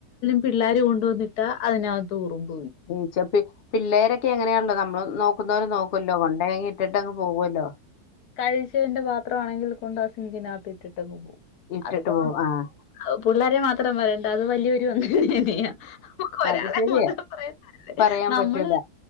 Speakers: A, on the left (about 85°); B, on the left (about 50°).
A: പിള്ളേര് കൊണ്ടുവന്നിട്ടാ അതിന <unintelligible>
B: ഈച്ച പി പിള്ളേരൊക്കെ എങ്ങനെയാൺലോ നമ്മള് നോ ക്കുന്നവര് നോക്ക്വല്ലോ കൊണ്ടെയങ്ങ് ഇട്ടിട്ടങ് പോക്വല്ലോ.
A: കഴിച്ചതിന്റെ പാത്രമാണെങ്കിൽ കൊണ്ട ആ സിങ്കിനകത്ത് ഇട്ടിട്ടങ് പോവും
B: ഇട്ടിട്ട്
A: അത്പ്പോ.
B: പോകും ആഹ്
A: അത് പുള്ളാരെ മാത്രം പറയണ്ട അത് വല്ല്യവരു അങ്ങനെന്നെ. <unintelligible> ഒരാളെ
B: അത് ശരിയാ
A: മാത്രം പറയണ്ട
B: പറയാൻ
A: നമ്മള്.
B: പറ്റൂല